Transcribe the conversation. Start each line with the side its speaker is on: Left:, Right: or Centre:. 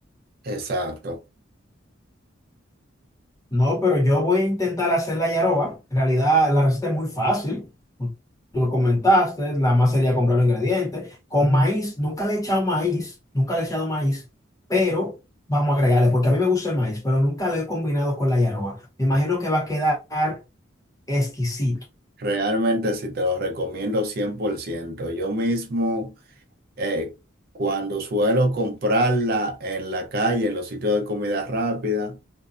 Right: Exacto.
Left: No, pero yo voy a intentar hacer la yaroba. En realidad, la receta es muy fácil. Tú lo comentaste, la más sería comprar los ingredientes. Con maíz, nunca le he echado maíz, nunca le he echado maíz, pero vamos a agregarle, porque a mí me gusta el maíz, pero nunca lo he combinado con la yaroba. Me imagino que va a quedar exquisito.
Right: Realmente sí te lo recomiendo cien por ciento Yo mismo, eh, cuando suelo comprarla en la calle, en los sitios de comida rápida,